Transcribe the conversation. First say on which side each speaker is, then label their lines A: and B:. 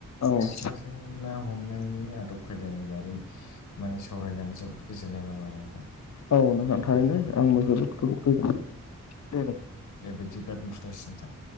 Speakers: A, on the left (about 55°); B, on the left (about 70°).
A: औ
B: जों ना हमनायनि आदब खायदानि बारै माने सावरायनानै जोबोद गोजोननाय मोनबाय नोंथां।
A: औ नोंथां थारैनो आंबो
B: अ
A: जोबोद गोजोनबाय दे नोंथां
B: दे बेयदिबा <unintelligible>